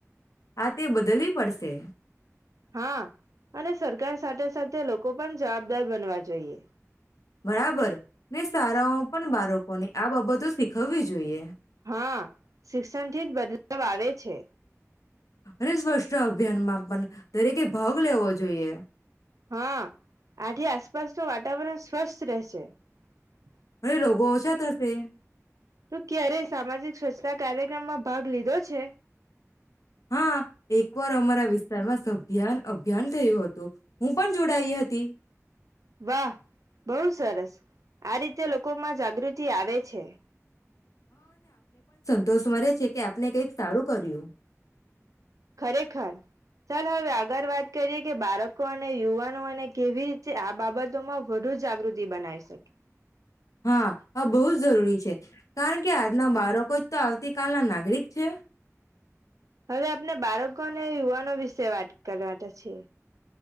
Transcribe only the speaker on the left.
આ તેવ બદલવી પડશે.
બરાબર, ને સારાઓ પણ બાળકો ને આ બાબતો શીખવવી જોઈએ.
અને સ્વચ્છતા અભિયાનમાં પણ દરેકે ભાગ લેવો જોઈએ.
અને રોગો ઓછા થશે
હા, એકવાર અમારા વિસ્તારમાં સભિયાન અભિયાન થયું હતું. હું પણ જોડાઈ હતી.
તો સ્મરે છે કે આપણે કઈક સારું કર્યું.
હા, આ બહુ જ જરૂરી છે. કારણ કે આજના બાળકો જ તો આવતી કાલના નાગરિક છે.